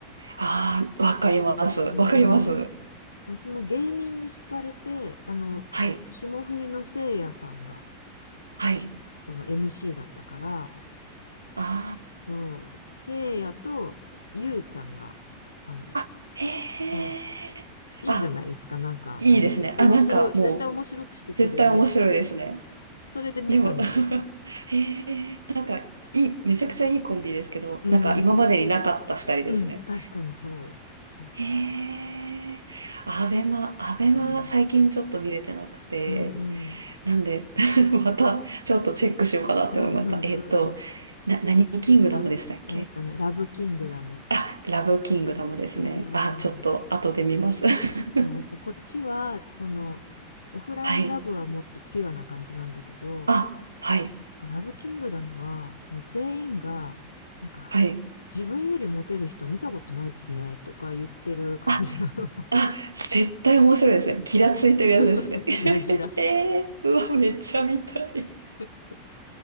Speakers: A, on the right (about 75°); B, on the left (about 75°).
A: ああ、わかります。
B: うーん。
A: わかります。
B: 私も芸人に惹かれて、あの、
A: はい。
B: 霜降りのせいやさんが、
A: はい。
B: し、その MC だったから、
A: あ
B: そう、せいやとゆうちゃんが、あの、
A: あ。あ、へ
B: そ
A: え。
B: う、いいじゃないですか。
A: あ、
B: なんか、
A: いいですね。
B: あの、面白い、
A: あ、なんかも
B: 絶対面白くしてくれる。
A: う、絶対面白いですね。
B: それで見たんですよ。
A: でも <laughs> へえ。なんか、いい、めちゃくちゃいいコンビですけど、
B: うん、
A: なんか今までになかった二人ですね。
B: うん、確かにそう。そうそうそ
A: へえ、アベマ、アベマ最近ちょっと見れてなくて、
B: う。うん、うん、うん、
A: なんで、<laughs> またちょっとチェックしようかなって思いました。
B: うん、
A: えっと、
B: うん。うん
A: な、何キングダムでしたっけ
B: あ、えっとね、ラブキングダム。
A: あ、ラブキングダムですね。
B: うーん。
A: あ、ちょっと後で見ます。<laughs>
B: そう、こっちは、その、オフラインラブはもっとピュアな感じなんだけど、
A: はい。あ、はい、
B: ラブキングダムは、もう全員が、なんか、
A: はい。
B: 自分よりモテる人見たことないですね、とか言ってる感じなの。
A: あ、あ、絶対面白いですね。ギラついてるやつですね。
B: <laughs> そうそうそう、ギラギラ。
A: <laughs> えー、うわ、めっちゃ見たい。
B: <laughs> そ